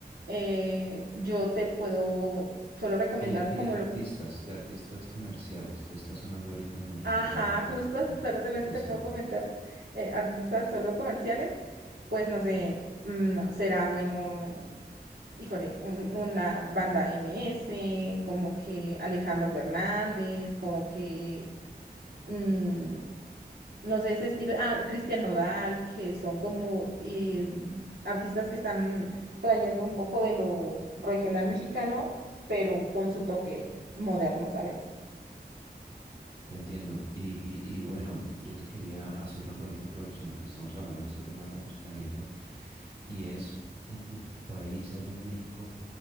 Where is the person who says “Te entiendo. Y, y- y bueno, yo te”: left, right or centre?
Right